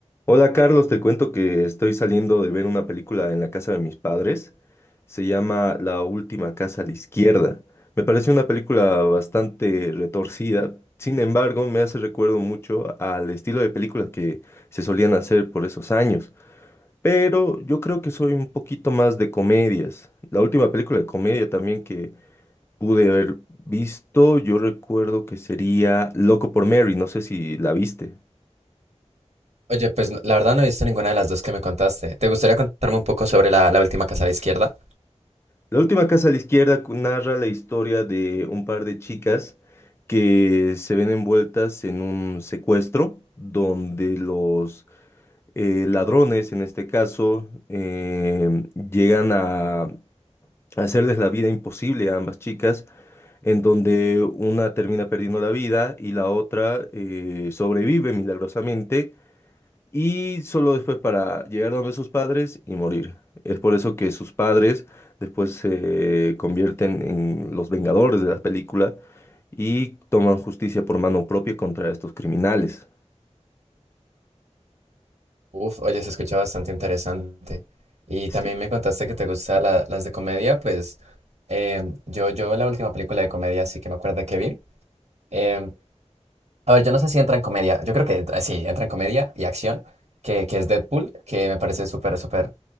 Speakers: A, on the left; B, on the right.
A: Hola Carlos, te cuento que estoy saliendo de ver una película en la casa de mis padres. Se llama La última casa a la izquierda. Me parece una película bastante retorcida. Sin embargo, me hace recuerdo mucho al estilo de películas que se solían hacer por esos años. Pero yo creo que soy un poquito más de comedias. La última película de comedia también que pude haber visto, yo recuerdo que sería Loco por Mary. No sé si la viste.
B: Oye, pues la verdad no he visto ninguna de las dos que me contaste. ¿Te gustaría contarme un poco sobre la, la última casa a la izquierda?
A: La última casa a la izquierda cu- narra la historia de un par de chicas que se ven envueltas en un secuestro donde los eh, ladrones, en este caso, em, llegan a hacerles la vida imposible a ambas chicas, en donde una termina perdiendo la vida y la otra eh, sobrevive milagrosamente y solo después para llegar donde sus padres y morir. Es por eso que sus padres después se convierten en los vengadores de la película y toman justicia por mano propia contra estos criminales.
B: Uf, oye, se escucha bastante interesante. Y
A: Sí,
B: también me contaste que te gustan la- las de comedia, pues em, yo, yo la última película de comedia sí que me acuerdo que vi. em, a ver, yo no sé si entra en comedia, yo creo que entra, sí, entra en comedia y acción, que, que es Deadpool, que me parece súper, súper